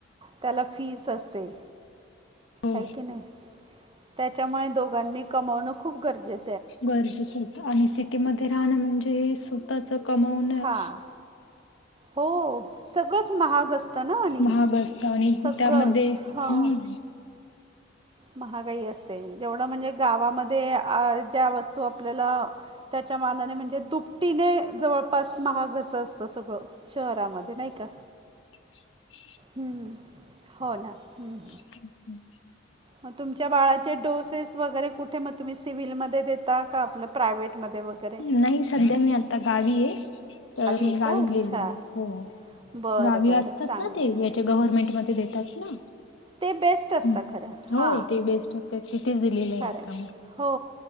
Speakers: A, on the right (about 25°); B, on the left (about 80°).
A: त्याला फीस असते
B: हो
A: आहे की नाही त्याच्यामुळे दोघांनी कमवणं खूप गरजे
B: गरजेचं असत आणि सिटीमध्ये
A: नाही
B: राहणं म्हणजे ही सु तःच कमावणं
A: हां हो सगळंच महाग असतं ना आणि
B: महाग असत आणि
A: सगळंच
B: त्यामध्ये
A: हां
B: हम्म
A: महागाई असते जेवढं म्हणजे गावामध्ये ज्या वस्तू आपल्याला त्याच्या मानाने म्हणजे दुपटीने जवळपास महागचं असतं सगळं शहरामध्ये नाही का
B: <unintelligible>
A: हम्म हो ना हम्म
B: <unintelligible>
A: ग तुमच्या बाळाचे डोसेस वगैरे कुठे मग तुम्ही सिव्हलमध ते देता का आपलं प्रायव्टमध्ये वगैरे.
B: नाही सध्या मी आता गावी आहे. तर मी
A: आहे
B: गावी
A: का अच्छा
B: गेली आहे, हो
A: बरं
B: गावी
A: बरं
B: असतात
A: चांगलं
B: ना ते
A: आहे
B: ते गव्हर्मेंट मध्ये देतात ना?
A: ते बेस्ट असतं
B: हम्
A: खरं
B: हो
A: हां
B: ते बेस्ट होते. तिथेच दिलेले आहे
A: खरं
B: आता मी.
A: हो